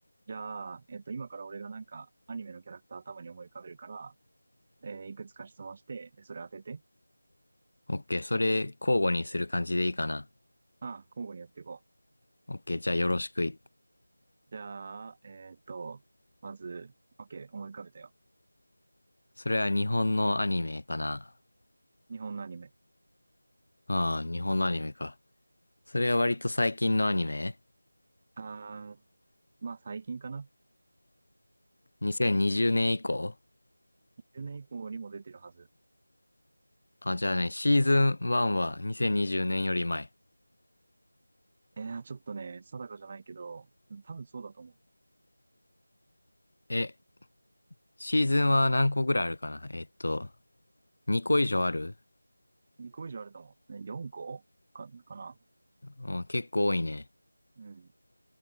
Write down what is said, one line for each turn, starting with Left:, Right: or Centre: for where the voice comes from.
Right: じゃあ、えっと、今から俺がなんか、アニメのキャラクター頭に思い浮かべるから、えーいくつか質問して、で、それ当てて。
Left: オッケー、それ交互にする感じでいいかな。
Right: ああ、交互にやっていこう。
Left: オッケー、じゃあよろしくい。
Right: じゃあ、えっと、まず、OK、思い浮かべたよ。
Left: それは日本のアニメかな。
Right: 日本のアニメ。
Left: ああ、日本のアニメか。それは割と最近のアニメ
Right: ああ、まあ最近かな。
Left: ?2020 年以降
Right: 20年以降にも出てるはず。
Left: あ、じゃあね、シーズン1は2020年より前。
Right: えー、ちょっとね、定かじゃないけど、多分そうだと思
Left: え、シーズンは何個ぐらいあるかなえっと、2個以上ある
Right: う。2個以上あると思う。ね、4個か、かな。
Left: うん、結構多いね。
Right: うん。